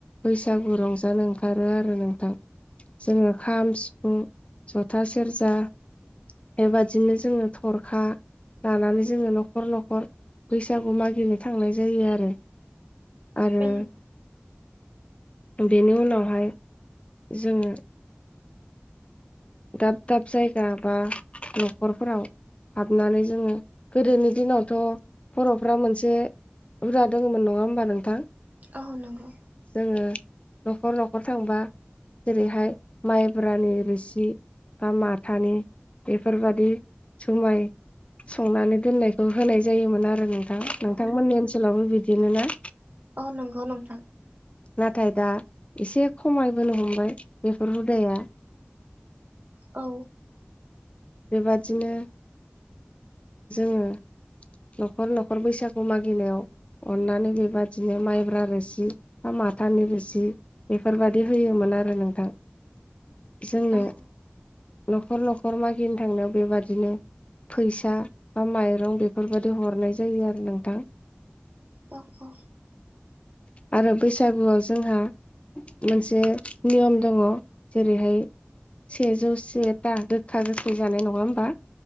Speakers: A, on the left; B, on the right.
A: बैसागु रंजानो ओंखारो आरो नोंथां। जोङो खाम, सिफुं, जथा, सेरजा बेबादिनो जोङो थरखा लानानै जोङो न'खर न'खर बैसागु मागिनो थांनाय जायो आरो। आरो
B: औ
A: बेनि उनावहाय जोङो दाब दाब जायगा बा न'खरफोराव हाबनानै जोङो गोदोनि दिनावथ' बर'फ्रा मोनसे बुरजा दङमोन नङा होमबा नोंथां?
B: औ नंगौ।
A: जोङो न'खर न'खर थांबा जेरैहाय माइब्रानि रोसि बा माथानि बेफोरबादि जुमाय संनानै दोननायखौ होनाय जायोमोन आरो नोंथांश
B: औ
A: नोंथांमोननि
B: औ
A: ओनसोलावबो बिदिनो ना?
B: औ नंगौ नोंथां।
A: नाथाय दा एसे खमायबोनो हमबाय बेफोर हुदाया
B: औ।
A: बेबादिनो जोङो न'खर न'खर बैसागु मागिनायाव अननानै बेबादिनो माइब्रा रोसि मा माथा नि रोसि बेफोरबायाददि होयोमोन आरो नोंथां। जोंनो
B: औ
A: न'खर न'खर मागिनो थांनायाव बेबादिनो फैसा बा माइरं बे बेफोरबायदि हरनाय जायो आरो नोंथां।
B: अ औ।
A: आरो बैसागुआव जोंहा मोनसे नियम दङो जेरैहाय सेजौ सेथा गोखा गोखै जानाय नङा होमबा